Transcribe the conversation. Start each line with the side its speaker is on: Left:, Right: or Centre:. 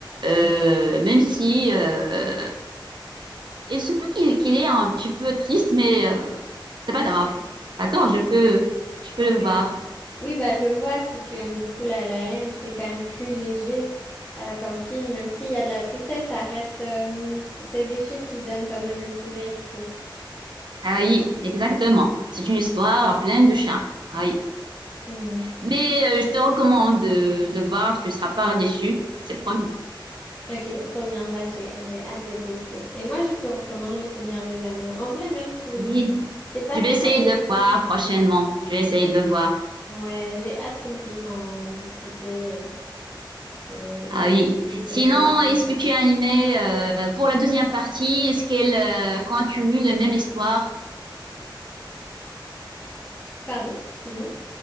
Right: Euh, même si euh, il se peut qu'il qu'il est un petit peu triste, mais euh, c'est pas grave. D'accord, je peux, je peux
Left: Ouais.
Right: le voir.
Left: Oui, bah, je vois, si tu aimes beaucoup La La Land, c'est quand même plus léger euh, comme film, même s'il y a de la tristesse, ça reste... euh, c'est des films qui donnent quand même le sourire, je trouve.
Right: Ah oui, exactement. C'est une histoire pleine de charme. Ah oui.
Left: Hmm.
Right: Mais euh, je te recommande de le voir, tu ne seras pas déçu, c'est promis.
Left: Ok, trop bien, bah, j'ai, j'ai hâte de tester. Et moi, je te recommande Le Seigneur des Anneaux. En vrai, même si
Right: Oui.
Left: c'est pas
Right: Je
Left: ton
Right: vais essayer
Left: genre de
Right: de le
Left: film,
Right: voir prochainement. Je vais essayer de le voir.
Left: ouais, j'ai hâte qu'on puisse en discuter euh, et
Right: Ah
Left: que tu
Right: oui.
Left: me dises ce que
Right: Sinon,
Left: tu en as pensé.
Right: est-ce que tu as aimé euh, pour la deuxième partie, est-ce qu'elle euh, continue la même histoire
Left: Pardon, excuse-moi.